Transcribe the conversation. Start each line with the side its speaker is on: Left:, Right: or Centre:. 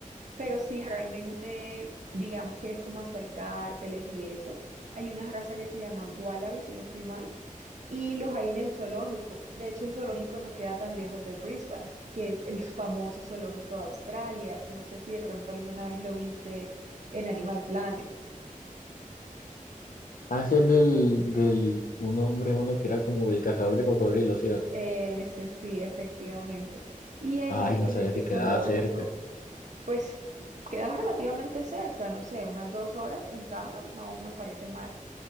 Right: Pero si realmente, digamos, quieres como acercárteles y eso, hay una raza que se llama Wallaby, si no estoy mal, y los hay en el zoológico. De hecho, el zoológico no queda tan lejos de Brisbane, que es el famoso zoológico de Australia. No sé si de pronto alguna vez lo viste en Animal Planet.
Left: ah, ese es del, del un hombre mono que era como el cazador de cocodrilos, ¿cierto?
Right: Ese sí, efectivamente. Y ahí
Left: Ay, no
Right: en
Left: sabía
Right: ese
Left: que
Right: zoológico,
Left: quedaba cerca.
Right: pues quedas relativamente cerca, no sé, unas dos horas en carro, no me parece mal.